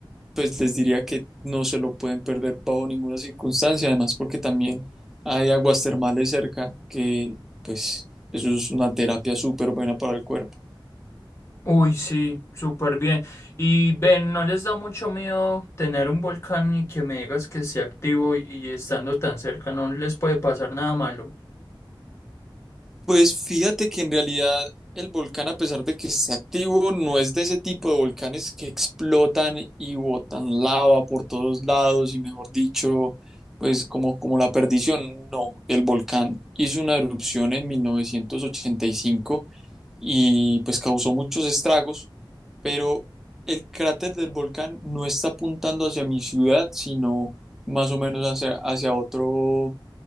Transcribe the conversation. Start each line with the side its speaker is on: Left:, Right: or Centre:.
Centre: pues les diría que no se lo pueden perder bajo ninguna circunstancia, además porque también hay aguas termales cerca, que pues eso es una terapia súper buena para el cuerpo.
Left: Uy, sí, súper bien. Y ven, ¿no les da mucho miedo tener un volcán y que me digas que esté activo y y estando tan cerca no les puede pasar nada malo?
Centre: Pues fíjate que en realidad el volcán, a pesar de que esté activo, no es de ese tipo de volcanes que explotan y botan lava por todos lados y mejor dicho, pues como, como la perdición. No, el volcán hizo una erupción en 1985 y pues causó muchos estragos, pero el cráter del volcán no está apuntando hacia mi ciudad, sino más o menos hacia, hacia otro